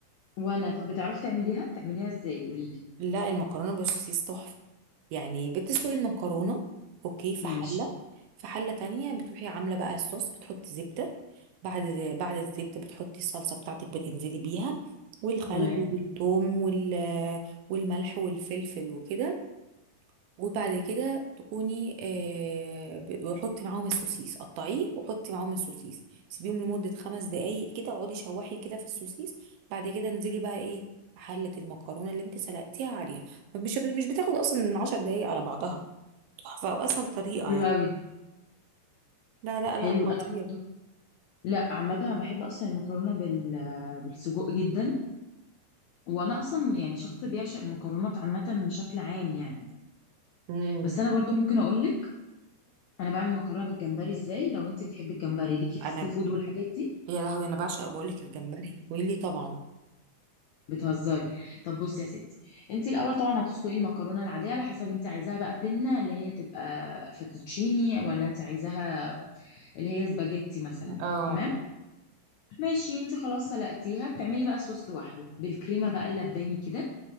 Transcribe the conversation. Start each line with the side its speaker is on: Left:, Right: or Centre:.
Left: وانا طب بتعرفي تعمليها بتعمليها ازاي قولي
Right: لا المكرونه بالسوسيس تحفه يعني بتسلقي
Left: لي
Right: المكرونه اوكي في
Left: ماشي
Right: حله في حله تانية بتروحي عامله بقى الصوص بتحطي زبده بعد بعد الزبده بتحطي الصلصه بتاعتك بتنزلي بيها والخل
Left: تمام
Right: والثوم وال والملح والفلفل وكده وبعد كده تكوني آه ب- وحطي معاهم السوسيس قطعيه وحطي معاهم السوسيس سيبيهم لمدة خمس دقايق كده اقعدي شوحي كده في السوسيس بعد كده انزلي بقى ايه حلة المكرونة اللي انت سلقتيها عليها مش مش بتاخد اصلا من عشر دقايق على بعضها تحفة واسهل طريقة
Left: حلو
Right: يعني
Left: قوي
Right: لا لا لا
Left: حلو انا
Right: خطير
Left: برضه لا عامه انا بحب اصلا المكرونه بال بالسجق جدا وانا اصلا يعني شخص بيعشق المكرونات عامه بشكل عام يعني
Right: امم
Left: بس انا برضو ممكن اقول لك انا بعمل مكرونه بالجمبري ازاي لو انت بتحبي الجمبري ليكي في
Right: انا
Left: السي فود والحاجات دي
Right: يا لهوي انا بعشق بقولك الجمبري ويلي طبعا
Left: بتهزري طب بصي يا ستي انت الاول طبعا هتسلقي المكرونه العاديه على حسب انت عايزاها بقى بينا اللي هي تبقى فاتوتشيني ولا انت عايزاها اللي هي سباجيتي مثلا
Right: اه
Left: تمام ماشي انت خلاص سلقتيها بتعملي بقى الصوص لوحده بالكريمه بقى اللباني كده